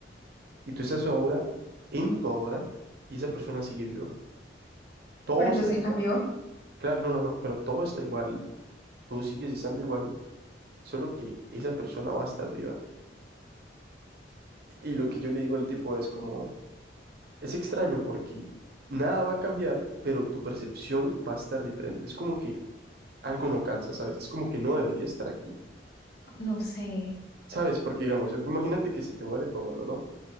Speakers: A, on the right; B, on the left.
A: Y tú estás ahora, en tu ahora, y esa persona sigue viva. Todo
B: Pero entonces
A: está igual,
B: cambió,
A: claro, no, no, no, pero todo está igual, tú sigues estando igual, solo que esa persona va a estar viva Y lo que yo le digo al tipo es como, es extraño porque nada va a cambiar, pero tu percepción va a estar diferente. Es como que algo no calza, ¿sabes? Es como que no debería estar aquí,
B: no sé.
A: ¿sabes? Porque digamos, imagínate que se te muere tu abuelo, ¿no?